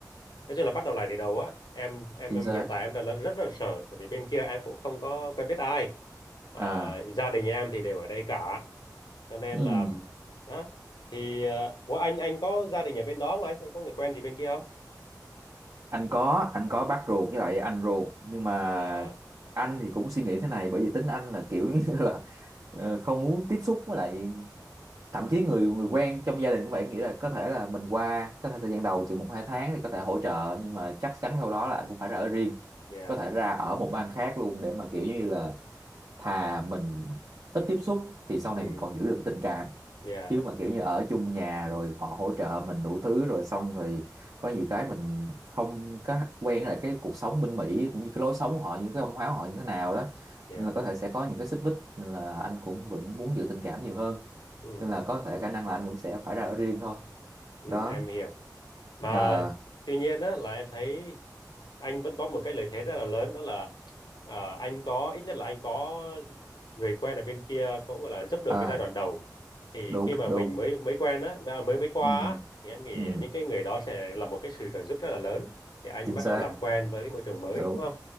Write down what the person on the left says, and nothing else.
nói chung là bắt đầu lại từ đầu á em em
em
hiện tại em rất là rất là sợ tại vì bên kia em cũng không có quen biết ai à,
gia đình em thì đều ở đây cả cho nên
là đó thì ờ, ủa anh anh có gia đình ở bên đó không anh anh có người quen gì bên kia không
à
dạ
ừ
dạ
dạ
ừ
ừ
em hiểu mà
tuy nhiên á là em thấy anh vẫn có một cái lợi thế rất là lớn đó là à, anh có ít nhất là anh có người quen ở bên kia cũng gọi là giúp đỡ
cái giai đoạn đầu thì
khi mà
mình mới mới quen á mà mới mới qua
á thì em nghĩ
những cái người đó sẽ là một cái sự trợ giúp rất là lớn để anh
bắt
đầu làm quen với cái môi trường mới
đúng không